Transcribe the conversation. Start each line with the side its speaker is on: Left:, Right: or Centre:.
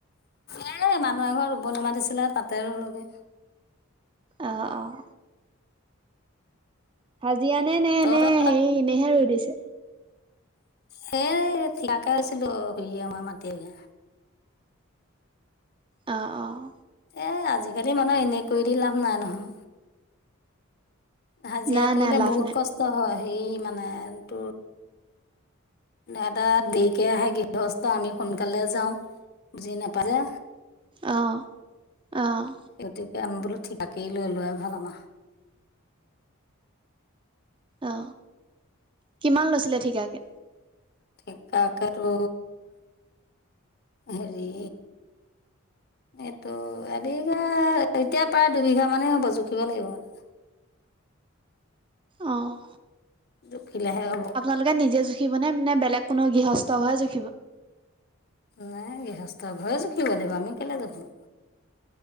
Left: এ মানুহ এ ঘৰ ৰুব নামাতিছিলে তাতে ৰলগে
Right: অঁ অঁ হাজিৰা নে নে এ
Left: তহঁতৰ
Right: নে হেৰি এনেহে ৰৈ দিছে
Left: সেই ঠিলাকে আছিলো শুৰিে মই মায় এগে
Right: অঁ অঁ
Left: এ আজিকালি মানুহে এনে কৰি দি লাভ নাই নহয় হাজিৰা
Right: নাই
Left: কৰিলে
Right: নাই লাভ
Left: বহুত
Right: নাই
Left: কষ্ট হয় সেই মানে তোৰ এটা দেকে আহে গৃহস্থ আমি সোনকালে যাওঁ বুজি নাপাজা
Right: অঁ অঁ
Left: গতিকে আমি বোলো ঠিকা কে লৈ লোৱাই ভাল আমা
Right: অ কিমান লৈছিলে ঠিকাকে
Left: থিকাকে তো হেৰি এইটো এবিঘা এতিয়া প্ৰায় দুবিঘা মানে হব জুখিব লাগিব মানে
Right: অঁ
Left: জুখিলেহে হ'ব
Right: আপোলোকে নিজে জুখিব নে বেলেগ কোনো গৃহস্থ হয় জুখিব
Left: নাই গৃহস্থ ঘৰে জুখিব লাগিব আমি কেলে জুখিম